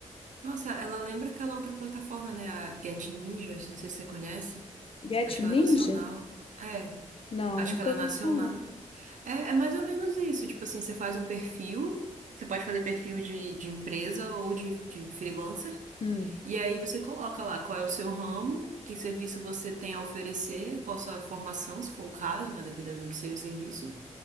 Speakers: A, on the right (about 75°); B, on the left (about 45°).
A: Nossa, ela lembra aquela outra plataforma, né? A Get Ninjas, não sei se você conhece.
B: Get
A: Acho
B: Ninja?
A: que ela é nacional. É,
B: Não,
A: acho
B: nunca
A: que ela
B: ouvi
A: é nacional.
B: falar.
A: É, é mais ou menos isso. Tipo assim, você faz um perfil, você pode fazer perfil de, de empresa ou de, de freelancer,
B: Hum,
A: e aí você coloca lá qual é o seu ramo, que serviço você tem a oferecer, qual a sua formação, se for o caso, né? Dependendo do que seja o serviço.